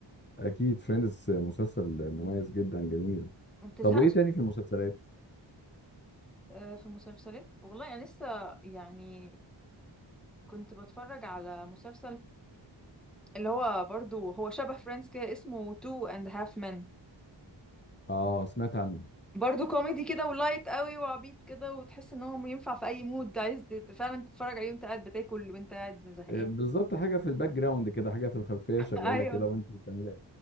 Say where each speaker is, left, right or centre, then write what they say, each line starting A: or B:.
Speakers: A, on the left; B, in the centre.
A: اكيد فريندز مسلسل مميز جدا جميل
B: ما بتزهقش
A: طب وايه تاني في المسلسلات
B: آه، في مسلسلات والله انا لسه يعني كنت بتفرج على مسلسل اللي هو برضو هو شبه فريندز كده اسمه تو اند هاف men
A: اه سمعت عنه
B: برضو كوميدي كده ولايت قوي وعبيط كده وتحس ان هو ينفع في اي مود عايز تت- فعلا تتفرج عليه وانت قاعد بتاكل وانت قاعد زهقان
A: آه، بالظبط حاجه في الباك جراوند كده حاجه في الخلفيه
B: <laughs>
A: شغاله
B: ايوه
A: كده وانت بتعملي